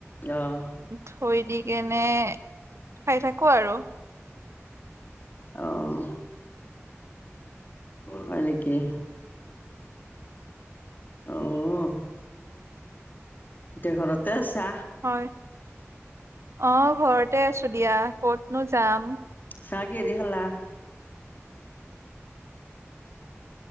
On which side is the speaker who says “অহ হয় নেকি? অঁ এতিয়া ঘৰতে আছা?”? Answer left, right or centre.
Left